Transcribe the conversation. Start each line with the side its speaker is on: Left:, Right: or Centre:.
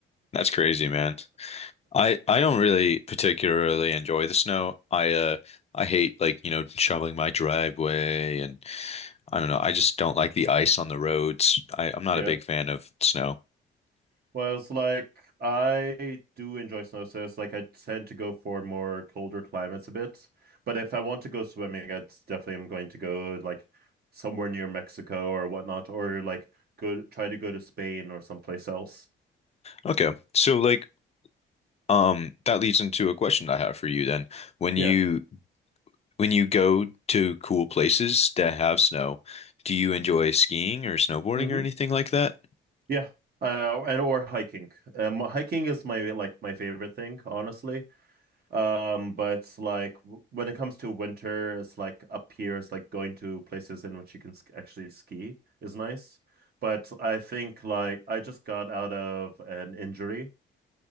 Left: That's crazy, man. I I don't really particularly enjoy the snow. I uh I hate like, you know, shoveling my driveway and I don't know, I just don't like the ice on the roads. I I'm not
Right: yeah.
Left: a big fan of snow.
Right: Well, it's like I do enjoy snow, so it's like I tend to go for more colder climates a bit. But if I want to go swimming, I definitely am going to go like somewhere near Mexico or whatnot, or like go try to go to Spain or someplace else.
Left: Okay. So like um that leads into a question I have for you then. When
Right: Yeah.
Left: you when you go to cool places that have snow, do you enjoy skiing or snowboarding
Right: hmm
Left: or anything like that?
Right: Yeah. Uh, and or hiking. Um, hiking is my like my favorite thing, honestly. Um, but like w- when it comes to winter, it's like up here, it's like going to places in which you can sk actually ski is nice. But I think like I just got out of an injury,